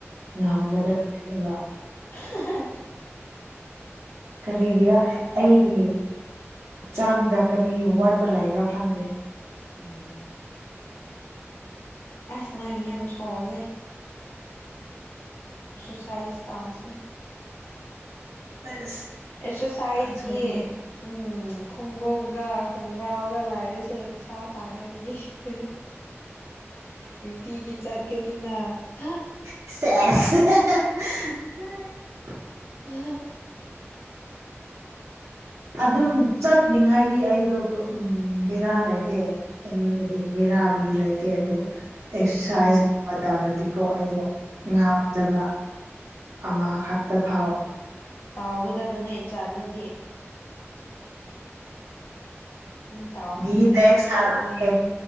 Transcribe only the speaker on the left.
ꯍꯥꯍꯥꯍꯥ
ꯎꯝ ꯑꯦꯁ ꯅꯪ ꯌꯥꯝ ꯁꯣꯜꯂꯦ ꯁꯨꯁꯥꯏꯖ ꯇꯧꯁꯦ
ꯑꯦꯛꯁꯔꯁꯥꯏꯁꯒꯤ
ꯎꯝ ꯈꯣꯡꯎꯞꯒ ꯈꯣꯡꯒ꯭ꯔꯥꯎꯒ ꯂꯥꯏꯔꯁꯦ ꯄꯩꯁꯥ ꯐꯪꯔꯗꯤ ꯍꯥꯍꯥ ꯅꯨꯡꯇꯤꯒꯤ ꯆꯠꯀꯅꯤꯅ ꯑꯍꯥ
ꯑꯍꯥ
ꯎꯝ
ꯎꯝ
ꯎꯝ
ꯇꯧꯒꯗꯕꯅꯦ ꯆꯠꯅꯥꯗꯤ ꯅꯪ ꯇꯥꯎꯗ꯭ꯔꯗꯤ
ꯑꯩꯗꯤ
ꯇꯣꯛꯔꯅꯤ